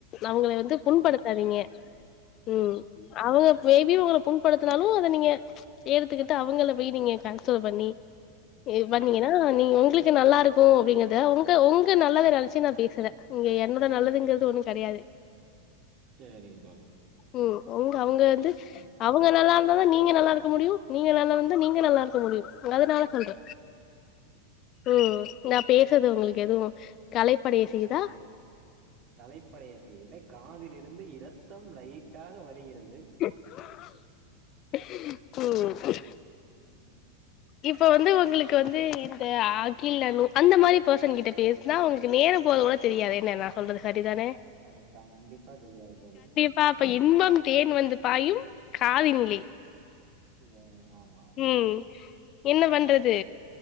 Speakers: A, on the left (about 40°); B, on the right (about 45°).
A: அவுங்கள வந்து
B: ம்
A: புண்படுத் தாதீங்க ம் அவங்க மேபி உங்கள புண்படுத்துனாலு அத நீங்க எடுத்துக்கிட்டு அவுங்கள போய் நீங்க கன்சல் பண்ணி ஏ பண்ணீங்கன்னா
B: ஆ
A: நீங்க உங்குளுக்கு நல்லாருக்கு அப்டிங்கிறத் ங்க உங்க உங்க நல்லது நனைச்சு நா பேசுற இங்க என்னோட நல்லதுங்கறது ஒண்ணு கெடையாது
B: சேரிங்க தோழி
A: ம் ஒங்க அவுங்க வந்து
B: ம்
A: அவுங்கள தா ந்தாதா நீங்க நல்லாருக்க முடியு நீங்க நல்லாருந்தா நீங்க நல்லா இருக்க முடியு அதுனால சொல்ற ம் நா பேசுறது உங்குளுக்கு எதுவு கலைப்படைய செய்தா
B: கலைப்படைய செய்யல காதிலிருந்து இரத்தம் லைட்டாக வழிகிறது
A: ம்
B: ம்
A: இப்ப வந்து உங்குளுக்கு வந்து இந்த அகில் அனு அந்த மாரி பர்சன் கிட்ட பே சுனா உங்குளுக்கு நேரோ போகுறது கூட தெரியாதே என்ன நா சொல்றது சரி தானே
B: அ கண்டிப்பா தெரியாது தோழி
A: பாப்போ இன்பம் தேன் வந்து பாயும் காதுனிலே
B: எ ஆமா ஆமா
A: ம் என்ன பண்றது